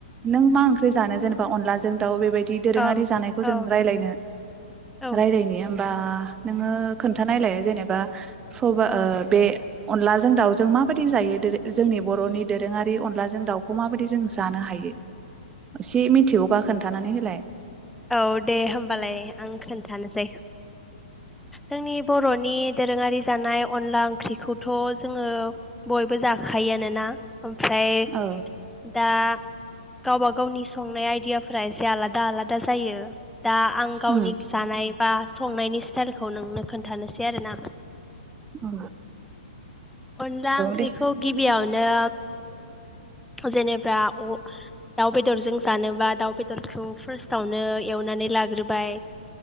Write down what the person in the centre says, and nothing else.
औ
औ
औ
औ
औ दे होमबालाय आं खोनथानोसै जोंनि बर'नि दोरोङारि जानाय अनला ओंख्रिखौथ' जोङो बयबो जाखायोआानोना? ओमफ्राय
दा गावबा गावनि संनाय आइदियाफोरा एसे आलादा आलादा दा जायो दा आं गावनि
जानाय बा संनायनि स्टाइलखौ नोंनो खोन्थानोसै आरोना
अनला ओंख्रिखौ
गिबियावनो जेनेबा दाउ बेदरजों जानोबा दाउ बेदरखौ फार्स्टावनो एवनानै लाग्रोबाय